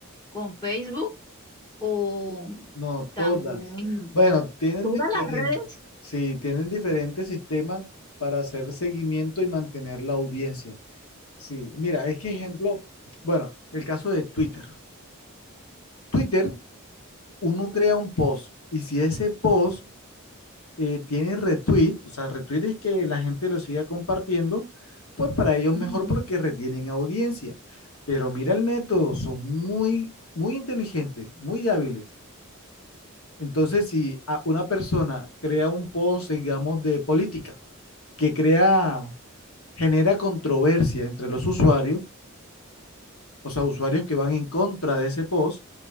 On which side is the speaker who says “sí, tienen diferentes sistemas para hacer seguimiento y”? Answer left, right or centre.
Left